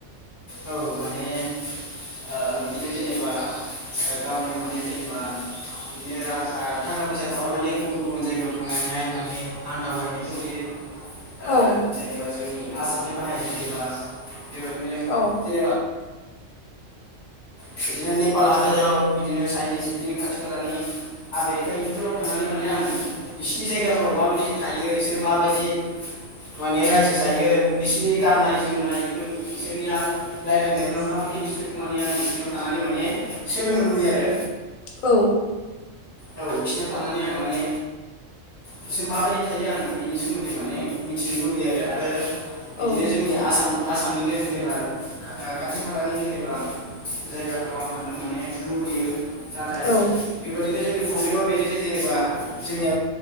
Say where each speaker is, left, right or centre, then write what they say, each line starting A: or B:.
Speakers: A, on the right; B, on the left.
A: औ माने ओ बिदिनो ओ जेनेबा गावनि माने जेनेबा बिदिनो थाखा फैसा थाबा माने गुबुन गुबुन जायगायाव थांनानैहाय माने आं दावबायहैनो लुबैयो। ओ
B: औ
A: जेनेबा जोंनि आसामनि बाहेर जेनेबा बेबायदिनो
B: औ।
A: <unintelligible> बिदिनो नेपाल हादोराव बिदिनो चाइनिस बिदिनो खाथि खालानि आमेरिका इफोरफोराव थांनानै माने आं बिसोरनि जायगाफ्राव माबायदि थायो बिसोरो माबायदि माने रायजो जायो बिसिनि गाननाय जोमनायफोर बिसोरनिया रायलायनायफोरा मा बायदि बिसोर माने आं बिसिनियाव थानानै माने सोलोंनो लुबैयो आरो।
B: औ।
A: औ बिसिनाव थानानै आं माने। बिसोर माबायदि थायो आं बेनि सोमोन्दै माने मिथिनो लुबैयो आरो आरो बिदिनो
B: औ
A: जोंनि आसाम आसामनिनो जेनेबा खाथि खालानि जेनेबा जायगाफ्राव आं थांनो माने लुबैयो नाथाय
B: औ
A: बेबादि बेनो जोंनि प्रब्लेमा बेनोदि जेनेबा जोंनिया